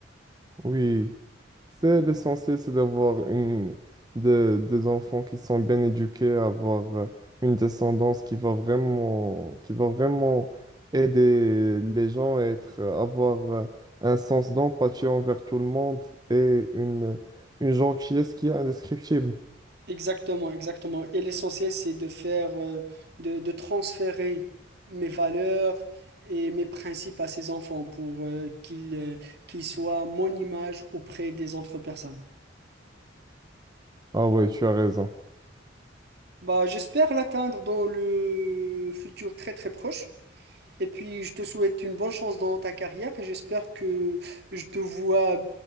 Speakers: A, on the right; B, on the right.
A: Oui. C'est l'essentiel, c'est d'avoir une, des, des enfants qui sont bien éduqués, avoir euh, une descendance qui va vraiment, qui va vraiment aider les gens à être, euh, avoir euh, un sens d'empathie envers tout le monde et une, une gentillesse qui est indescriptible.
B: Exactement, exactement. Et l'essentiel, c'est de faire, euh, de, de transférer mes valeurs et mes principes à ces enfants pour euh, qu'ils euh, qu'ils soient mon image auprès des autres personnes.
A: Ah oui, tu as raison.
B: Bah, j'espère l'atteindre dans le futur très très proche. Et puis, je te souhaite une bonne chance dans ta carrière et j'espère que je te vois